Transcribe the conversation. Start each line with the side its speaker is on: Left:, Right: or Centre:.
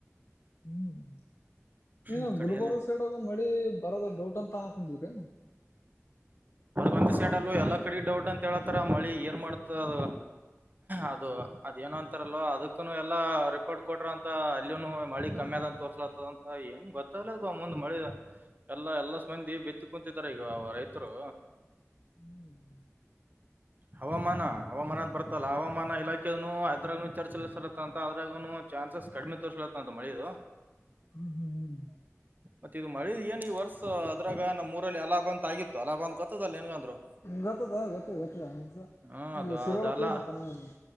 Left: ಹ್ಮ್
Right: ಈ ಕಡೆ
Left: ಗುಲ್ಬರ್ಗ
Right: ಏನ್
Left: ಸೈಡ್ಗ ಮಳಿ ಬರೋದ ಡೌಟ್ ಅಂತ ಹಾ ಕುಂತಿದ್ರಿ.
Right: ಒಂದ್ ಸೈಡ್ ಅಲ್ಲೂ ಎಲ್ಲಾ ಕಡೆ ಡೌಟ್ ಅಂತ ಹೇಳತಾರ ಮಳಿ ಏನ್ ಮಾಡ್ತದ ಅದು ಅದ ಏನ ಅಂತಾರಲ್ವ ಅದಕ್ಕನು ಎಲ್ಲಾ ರಿಪೋರ್ಟ್ ಕೊಟ್ರ ಅಂತ ಅಲ್ಲಿನು ಮಳಿ ಕಮ್ಮಿ ಅದಂತ ತೋರ್ <unintelligible> ಹೆಂಗ್ ಗೊತ್ತಾಗ್ದು ಮುಂದ್ ಮಳೆ ಎಲ್ಲಾ ಎಲ್ಲಾಸಿ ಮಂದಿ ಬೆತ್ತಿ ಕುಂತಿದ್ದಾರೆ ಈಗ. ರೈತರು
Left: ಹ್ಮ್
Right: ಹವಾಮಾನ ಹವಾಮಾನ ಅಂತ ಬರ್ತಲ್ಲ ಹವಾಮಾನ ಇಲಾಖೆನು ಅದ್ರಾಗನು ಚರ್ಚಲ ಸಲ ಅಂತನು ಅದ್ರಾಗನು ಚಾನ್ಸಸ್ ಕಡಿಮೆ ತೋರ್ಸಲಾತೇತ ಅಂತ ಮಳೆದು.
Left: ಹ್ಮ್ ಹ್ಮ್ ಹ್ಮ್.
Right: ಮತ್ತೆ ಇದು ಮಳಿ ಏನ್ ಇದ ಈ ವರ್ಷ ಅದ್ರಾಗ ನಮ್ಮಉರಲ್ಲಿ ಅಲಾಭ ಅಂತ ಆಗಿತ್ತು ಅಲಾಭ ಅಂತ್ರ ಗೊತ್ತದಲ್ಲ ನಿಂಗ ಅಂದ್ರೂನು
Left: ಗೊತ್ತದ ಗೊತ್ತದ ಗೊತ್ತದ
Right: ಹ್ಮ್ ಅದು
Left: ಶಿರೋಳ್ಳಕ್ಕ
Right: ಅದಲ್ಲ
Left: ಹೋಗಿದೆನಪ್ಪ ನಾನು